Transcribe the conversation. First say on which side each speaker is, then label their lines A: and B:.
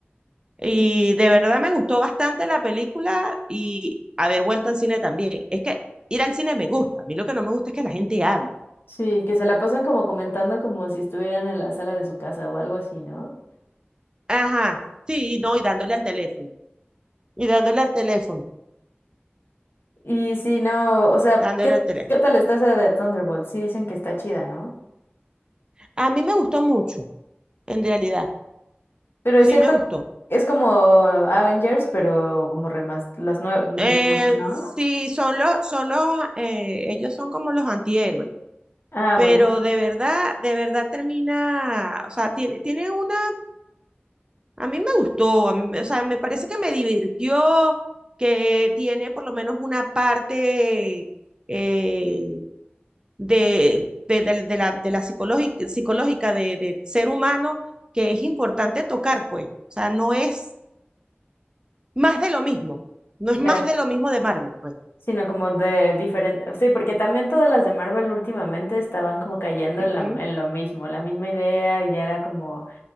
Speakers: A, on the right; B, on the left.
A: Y de verdad me gustó bastante la película y haber vuelto al cine también. Es que ir al cine me gusta. A mí lo que no me gusta es que la gente hable.
B: Sí, que se la pasan como comentando como si estuvieran en la sala de su casa o algo así, ¿no?
A: Ajá, sí, no, y dándole al teléfono. Y dándole al teléfono,
B: Y sí, no, o sea,
A: dándole
B: ¿qué,
A: al teléfono.
B: qué tal está esa de Thunderbolt? Sí dicen que está chida, ¿no?
A: A mí me gustó mucho, en realidad.
B: Pero
A: Sí
B: es cierto,
A: me gustó.
B: es como Avengers, pero como remas, las nue-
A: Eh,
B: como, ¿no?
A: sí, son los, son los, eh, ellos son como los antihéroes.
B: Ah,
A: Pero
B: buenísimo.
A: de verdad, de verdad termina, o sea, tiene, tiene una A mí me gustó, a mí me- o sea, me parece que me divirtió, que tiene por lo menos una parte eh, de, de- de- de la, de la psicológica, psicológica de, de ser humano que es importante tocar, pues. O sea, no es más de lo mismo, no es más
B: Ya.
A: de lo mismo de Marvel, pues.
B: sino como de diferente, sí, porque también todas las de Marvel últimamente estaban como cayendo
A: Ujú.
B: en, la- en lo mismo, la misma idea y ya era como,